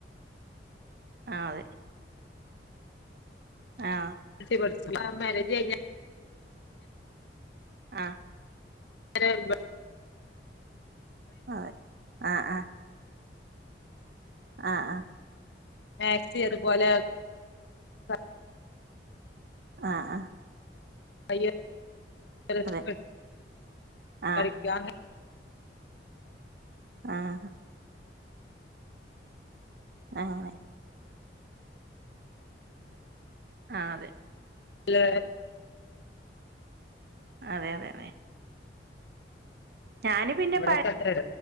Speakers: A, on the right; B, on the left.
A: ആ അതെ ആ
B: <unintelligible> അ മേരേജ് കയ്ഞ്ഞ
A: ആഹ
B: അരെ ബ <unintelligible>
A: അതെ ആഹ് ആഹ ആഹ് ആഹ്
B: മേക്സി അത് പോലെ പ
A: ആഹ് ആഹ്
B: <unintelligible>
A: അതെ ആഹ്
B: ക്കാ അങ്ങനെ
A: ആഹ് ആഹ് ആ അതെ
B: ഹലോ
A: അതെ അതെ അതെ ഞാന് പിന്നെ
B: ഇവടെക്കെ
A: പഴ
B: അത്രട